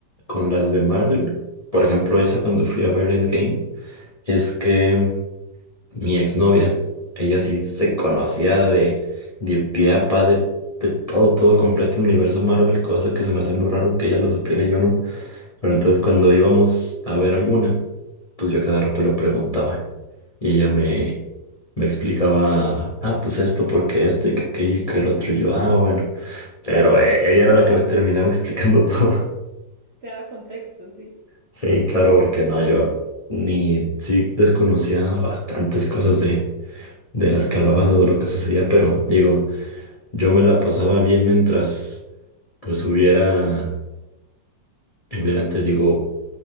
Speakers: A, on the left (about 40°); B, on the right (about 50°).
A: con las de Marvel, por ejemplo, esa cuando fui a ver Endgame, es que mi exnovia, ella sí se conocía de, de pie a pa de, de todo, todo completo el universo Marvel, cosa que se me hace muy raro que ella lo supiera y yo no. Pero entonces cuando íbamos a ver alguna, pues yo a cada rato le preguntaba y ella me, me explicaba, ah, pues esto, porque esto y que aquello y que el otro, y yo, ah, bueno.
B: <laughs>
A: Pero eh, ella era
B: Te
A: la
B: daba,
A: que me terminaba explicando <laughs> todo.
B: te daba contexto, sí.
A: Sí, claro, porque no, yo ni sí desconocía bastantes cosas de, de las que hablaban o de lo que sucedía, pero digo, yo me la pasaba bien mientras pues hubiera, hubieran, te digo,